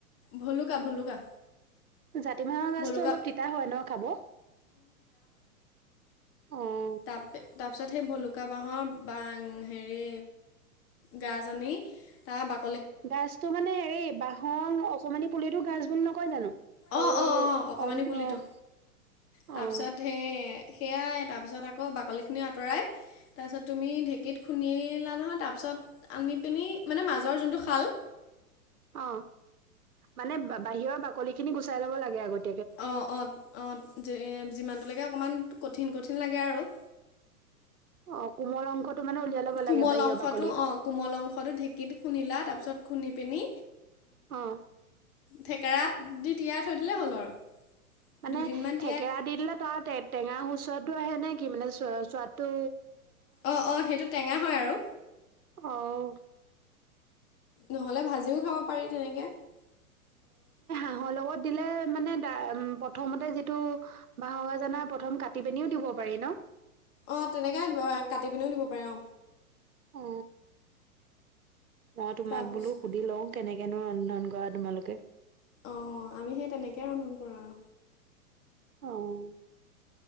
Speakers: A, on the left (about 30°); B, on the right (about 70°).
A: ভলুকা ভলুকা
B: জাতি বাহৰ গাছটো
A: ভলুকা
B: অলপ তিতা হয় ন খাব অ',
A: ত তাৰপিছত সেই ভুলুকা বাঁহৰ বা হেৰি গা জানি তাৰ বাকলি
B: গাছতটো মানে হেৰি বাহৰ অকমানি পুলিতো গাছ বুলি নকয় জানো সৰু
A: অ অ অ অকমানি
B: অং
A: পুলিতো
B: অ',
A: তাৰপিছত
B: অ',
A: সেই সেয়াই তাৰ পিছত আকৌ বাকলি খিনি আঁতৰাই তাৰ পিছত তুমি ঢেঁকীত খুন্দিলা নহয় তাৰপিছত আনি পিনি মানে মাজৰ যোনটো খাল
B: অ মানে বাহিৰৰ বাকলি খিনি গুচাই ল'ব লাগে আগতে।
A: অ অ অ যিমানটো লৈকে অকণমান কঠিন কঠিন লাগে আৰু।
B: অ কোমল অংশটো মানে উলিয়াই ল'ব
A: কোমল
B: লাগে বাহিৰৰ
A: অংশটো
B: বাকলি।
A: অ কোমল অংশটো ঢেঁকীত খুন্দিলা, তাৰ পিছত খুন্দি পিনি
B: অঁ।
A: থেকেৰা দি তিয়াই থৈ দিলেই হ'ল আৰু।
B: মানে
A: দুদিনমান তিয়াই
B: থেকেৰা দি দিলে তাৰ টেঙা চোৱাদটো আহে নে কি, মানে চ চোৱাদটো
A: অ অ সেইটো টেঙা হয় আৰু।
B: অহ
A: নহলে ভাজিও খাব পাৰি তেনেকে। <unintelligible>
B: বাহৰ লগত দিলে মানে দা উম প্ৰথমতে যিটো বাহৰজানা প্ৰথম কাটি পিনিও দিব - পাৰি ন?
A: অ তেনেকে কাটি পিনিও দিব পাৰে অ।
B: অ মই তোমাক
A: তাৰপিছত
B: বোলো সুধি লও কেনেকেনো ৰন্ধন কৰা তোমালোকে
A: অ আমি সেই তেনেকে ৰন্ধন কৰো।
B: অহ।